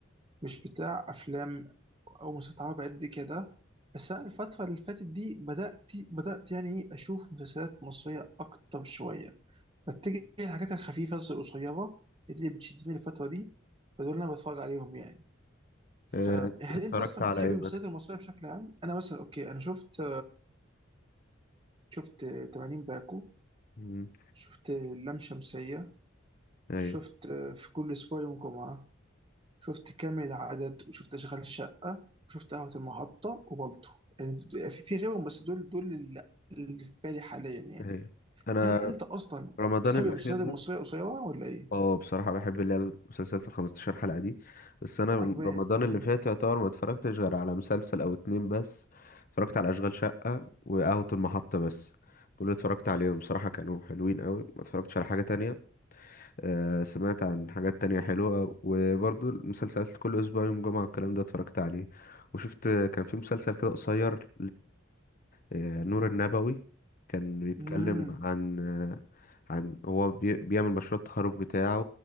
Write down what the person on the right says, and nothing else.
مش بتاع افلام او مسلسلات عربي قد كده بس انا الفتره اللي فاتت دي بدات بدات يعني إيه اشوف مسلسلات مصريه اكتر شويه بتجي الحاجات الخفيفه القصيره اللي بتشدني الفتره دي فدول انا بتفرج عليهم يعني فهل
انت اصلا
بتحب
المسلسلات
المصريه بشكل عام انا مثلا اوكي انا شفت شفت 80 باكو
شفت لام شمسيه
شفت آه، في كل اسبوع يوم جمعه شفت كامل العدد وشفت اشغال شقه وشفت قهوه المحطه وبلطو يعني د- في في غيرهم بس دول دول اللي اللي في بالي حاليا يعني
هل انت اصلا
بتحب
المسلسلات
المصريه القصيره ولا ايه؟
عجباني
قوي
امم